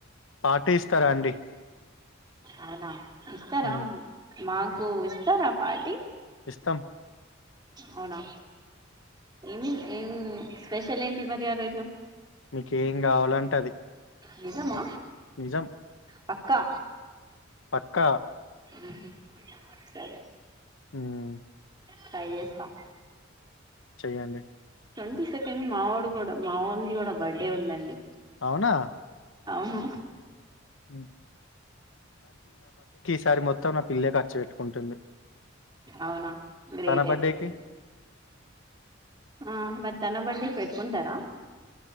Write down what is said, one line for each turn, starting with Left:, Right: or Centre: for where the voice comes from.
Left: party ఇస్తారా అండి
Right: అవునా ఇస్తారా
Left: హ్మ్.
Right: మాకు ఇస్తారా పార్టీ
Left: ఇస్తం
Right: అవునా ఏమి ఎం స్పెషల్ ఏంటి మరి ఆ రోజు
Left: మీకేం కావాలంటే అది
Right: నిజమా
Left: నిజం
Right: పక్కా
Left: పక్కా
Right: ఉహు సరే
Left: ఉమ్
Right: ట్రై చేస్తా
Left: చెయ్యండి
Right: ట్వంటీ సెకండ్ మా వోడు కూడా మా వోన్ది కూడా బర్త్డే ఉందండి
Left: అవునా
Right: అవును
Left: హ్మ్. ఈసారీ మొత్తం నా పిల్లే ఖర్చు పెట్టుకుంటుంది
Right: అవునా గ్రేట్
Left: తన బర్త్‌డేకి
Right: అయితే మీరు ఆ మరి తన బర్త్డేకి పెట్కుంటారా